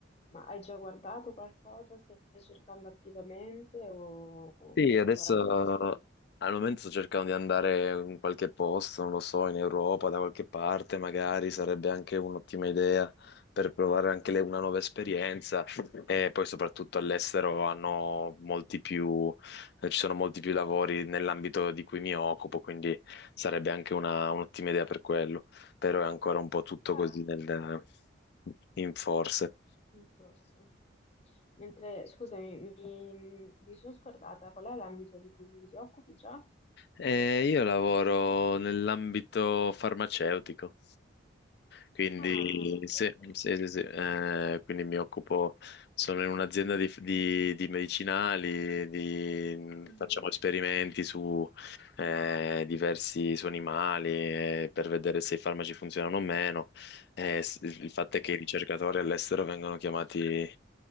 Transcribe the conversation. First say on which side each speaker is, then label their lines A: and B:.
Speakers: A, on the left; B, on the left.
A: Ma hai già guardato qualcosa? Stai cercando attivamente o
B: Sì,
A: sei
B: adesso
A: ancora un po' così?
B: eh, al momento sto cercando di andare in qualche posto, non lo so, in Europa, da qualche parte, magari sarebbe anche un'ottima idea per provare anche le- una nuova esperienza. E poi soprattutto all'estero hanno molti più, eh, ci sono molti più lavori nell'ambito di cui mi occupo, quindi sarebbe anche una- un'ottima idea per quello. Però è ancora un po' tutto
A: Ah,
B: così nel- in forse.
A: forse. Mentre, scusami, mi, mi sono scordata, qual è l'ambito di cui ti occupi già?
B: Eh, io lavoro nell'ambito farmaceutico, quindi,
A: Ah, ok,
B: sì,
A: ok.
B: sì, sì, sì, eh, quindi mi occupo, sono in un'azienda di, di- di medicinali, di-
A: Mhm.
B: facciamo esperimenti su eh, diversi su animali eh, per vedere se i farmaci funzionano o meno. Eh, s- il fatto è che i ricercatori all'estero vengono chiamati,